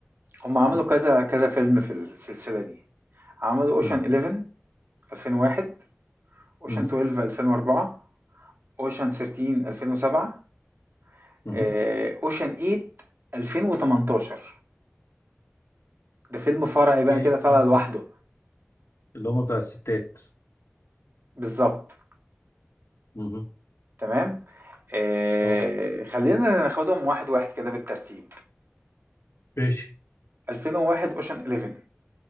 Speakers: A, on the right; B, on the left.
A: هم عملوا
B: مم.
A: كذا كذا فيلم في السلسلة دي عملوا اوشن
B: مم.
A: 11 2001 اوشن
B: مم.
A: 12 2004 اوشن 13 2007
B: مم.
A: آه، اوشن 8 2018 ده فيلم فرعي بقى
B: ياه
A: كده طالع
B: اه
A: لوحده
B: اللي هم بتاع الستات
A: بالظبط
B: مم.
A: تمام آه،
B: اه
A: خلينا ناخدهم واحد واحد كده بالترتيب
B: ماشي
A: 2001 اوشن 11